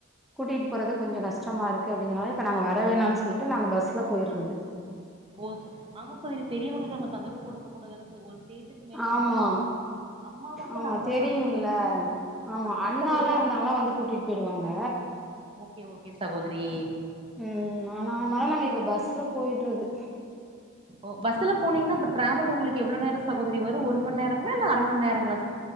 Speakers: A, in the centre; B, on the right.
A: கூட்டிட்டு போறது கொஞ்ச கஷ்டமா இருக்கு ‌அப்டிங்குறனால இப்ப நாங்க வர வேணான்னு சொல்ட்டு நாங்க பஸ்ல போயிறது
B: ஓ செர் ஆமா சகோதரி பெரியவங்களுக்கு நம்ம தொந்தரவு குடுக்க கூடாதுல சகோ ஒரு ஸ்டேஜ்க்கு மேல
A: ஆமா
B: நம்மளே வந்து அம்மா வந்து
A: ஆமா
B: நம்பள
A: தெரியும்ல
B: <inaudible> அ
A: ஆமா
B: இல்ல
A: அண்ணாலா
B: சகோதரி
A: இருந்தாங்களா
B: அம்மா
A: வந்து கூட்டிட்டு போயிடுவாங்க
B: ஓகே ஓகே சகோதிரி
A: ம் ஆனா அதனால நாங்க இப்ப பஸ்ல போயிடுறது
B: ஓ பஸ்ல போனீங்கன்னா அப்ப டிராவல் உங்குளுக்கு எவ்ளோ நேரோ சகோதரி வரும் ஒரு மண்ணேரங்களா இல்ல அர மண்ணேரங்களா